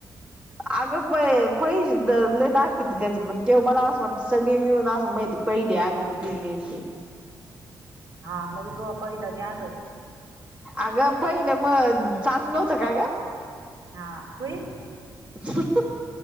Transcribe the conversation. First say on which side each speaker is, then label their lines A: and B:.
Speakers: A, on the right; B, on the right.
A: अगं प पैसे दाखवित त्याच्यात पण तेव्हा मला असं वाटतं सगळी मिळून असं माहिती पहिले आलेली पेमेंटची.
B: <inaudible> हिला बी आलं.
A: अगं पहिलं मग चालू नव्हतं का ग
B: हा <inaudible>
A: <unintelligible>